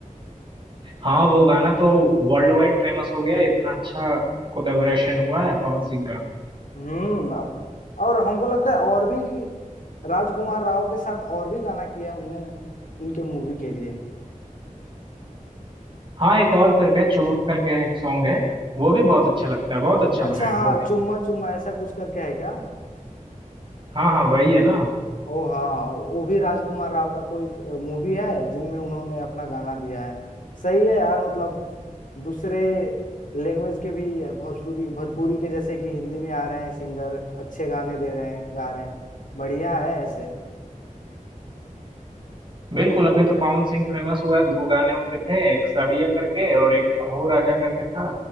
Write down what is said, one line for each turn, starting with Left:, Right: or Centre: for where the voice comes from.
Right: हाँ वो गाना तो वर्ल्ड वाइड फेमस हो गया है, इतना अच्छा कोलेबोरेशन हुआ है पवन सिंह का
Left: हम्म और हमको लगता है और भी राजकुमार राव के साथ और भी गाना किया है उनने उनके मूवी के लिए
Right: हाँ एक और करके चुम्मा करके एक सॉन्ग है वो भी बहुत अच्छा लगता है बहुत अच्छा बना
Left: अच्छा
Right: है
Left: हाँ
Right: वो भी
Left: चुम्मा चुम्मा ऐसा कुछ करके है क्या
Right: हाँ हाँ वही है ना
Left: ओ हाँ वो भी राजकुमार राव का कोई मूवी है जिनमें उन्होंने अपना गाना दिया है सही है यार मतलब दूसरे लैंग्वेज के भी भोजपुरी भोजपुरी के जैसे कि हिंदी में आ रहे हैं सिंगर अच्छे गाने दे रहे हैं गा रहे हैं बढ़िया है ऐसे
Right: बिल्कुल अभी तो पवन सिंह फेमस हुआ है दो गाने उनके थे एक साड़िया करके और एक अहो राजा करके था